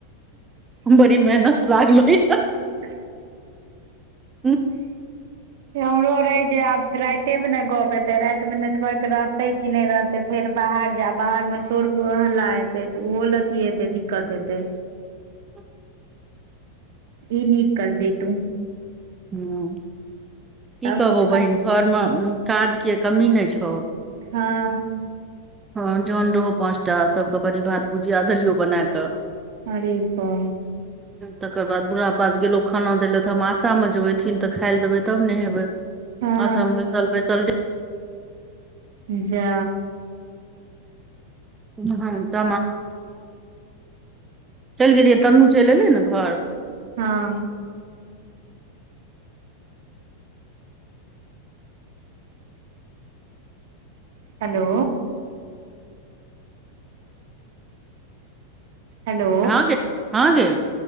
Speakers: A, on the right; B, on the right.
A: बरी मेहनत लागल ह
B: <inaudible>
A: ह
B: हमरो रहै जे आब रातिमे ने गप्प हतै रातिमे नेटवर्क रहतै की नहि रहतै फेर बाहर जा बाहरमे शोर गु हल्ला हेतै तऽ ओहो लए अथी हेतै दिक्कत हेतै
A: <inaudible> <inaudible>
B: ई नीक करली तू
A: हूँ की
B: तब
A: कहबौ
B: किछ
A: बहिन
B: खा
A: घरमे काजके कमी नहि छौ
B: हँ
A: हँ जन रहो पाचटा सबके बड़ी भात भुजिया दलियो बना कऽ
B: अरे बा
A: तकर बाद बुढ़ा बाज के लो खाना देलत हास ाम मे जोथिन तऽ खाय ल देबै तब ने हेबे
B: हँ
A: आसा बैसल बैसल
B: जा
A: हँ त चलि गेलियै तन्नू चलि एलै ने घर
B: हँ हेलो हेलो
A: हाँ गे हाँ गे